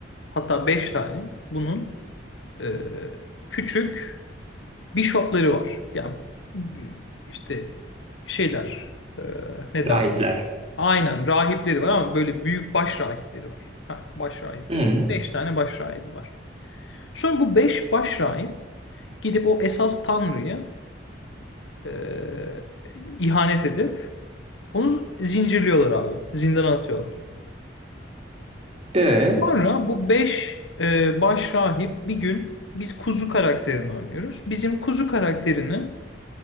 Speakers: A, on the left; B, on the right.
A: hatta beş tane bunun e, küçük bishopları var. Ya işte şeyler, e, ne
B: Rahipler.
A: derler? Aynen rahipleri var ama böyle büyük baş rahipleri var. Ha, baş rahipleri
B: Hı.
A: var. Beş tane baş rahibi var. Sonra bu beş başrahip gidip o esas tanrıyı e, ihanet edip onu zincirliyorlar abi. Zindana atıyorlar.
B: E,
A: Sonra bu beş e, başrahip bir gün biz kuzu karakterini oynuyoruz. Bizim kuzu karakterini